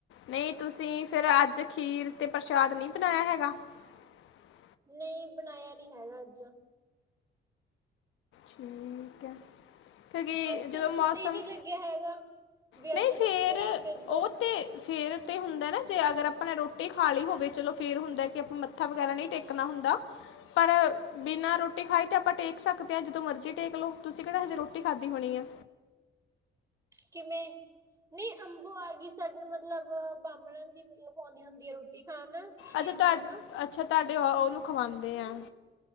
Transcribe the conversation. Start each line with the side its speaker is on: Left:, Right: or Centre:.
Left: ਨਹੀਂ ਤੁਸੀਂ ਫਿਰ ਅੱਜ ਖੀਰ ਤੇ ਪ੍ਰਸ਼ਾਦ ਨਹੀਂ ਬਣਾਇਆ ਹੈਗਾ <unintelligible>
Right: ਨਹੀਂ ਬਣਾਇਆ ਨਹੀਂ ਹੈਗਾ ਅੱਜ
Left: ਠੀਕ ਹੈ ਕਿਉਂਕਿ
Right: ਹਾਂਜੀ
Left: ਜਦੋਂ
Right: ਸਾਨੂੰ
Left: ਮੌਸਮ
Right: ਪਤਾ ਹੀ ਨਹੀਂ ਲੱਗਿਆ ਹੈਗਾ ਵੀ
Left: ਨਹੀਂ
Right: ਅੱਜ
Left: ਫੇਰ
Right: ਮੱਸਿਆ ਫਿਰ ਜਦੋਂ
Left: ਉਹ ਤੇ ਫੇਰ ਤੇ ਹੁੰਦਾ ਨਾ ਜੇ ਅਗਰ ਆਪਾਂ ਨੇ ਰੋਟੀ ਖਾ ਲਈ ਹੋਵੇ ਚਲੋ ਫੇਰ ਹੁੰਦਾ ਕਿ ਆਪਾਂ ਮੱਥਾ ਵਗੈਰਾ ਨਹੀਂ ਟੇਕਣਾ ਹੁੰਦਾ ਪਰ ਬਿਨਾਂ ਰੋਟੀ ਖਾਈ ਤੇ ਆਪਾਂ ਟੇਕ ਸਕਦੇ ਹਾਂ ਜਦੋਂ ਮਰਜ਼ੀ ਟੇਕ ਲਓ ਤੁਸੀਂ ਕਿਹੜਾ ਹਜੇ ਰੋਟੀ ਖਾਧਦੀ ਹੋਣੀ ਏ।
Right: ਕਿਵੇਂ ਨਹੀਂ ਅੰਬੋ ਆ ਗਈ ਸਾਡ ਮਤਲਬ ਬਾਹਮਣ ਦੀ ਮਤਲਬ ਆਉਂਦੀ ਹੁੰਦੀ ਹੈ ਰੋਟੀ। ਖਾਣ ਖੀਰ
Left: ਅੱਛਾ ਤੁਹਾ
Right: ਖਾਣ
Left: ਅੱਛਾ ਤੁਹਾਡੇ ਆ ਉਹਨੂੰ ਖਵਾਾਂਉਦੇ ਹੈ।